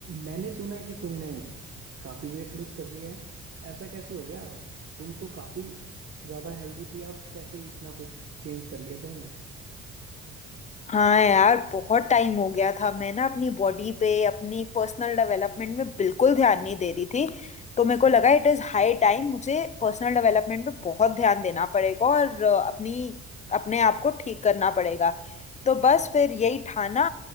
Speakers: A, on the right; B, on the left.
A: मैंने सुना है कि तुमने काफी वेट लूज कर लिया है ऐसा कैसे हो गया तुम तो काफी ज्यादा हेल्दी थी अब कैसे इतना कुछ चेंज कर लिया तुमने
B: हाँ यार बहुत टाइम हो गया था मैं ना अपनी बॉडी पे अपनी पर्सनल डेवलपमेंट में बिल्कुल ध्यान नहीं दे रही थी तो मेरे को लगा इट इज़ हाई टाइम मुझे पर्सनल डेवलपमेंट पे बहुत ध्यान देना पड़ेगा और अ, अपनी अपने आप को ठीक करना पड़ेगा तो बस फिर यही ठाना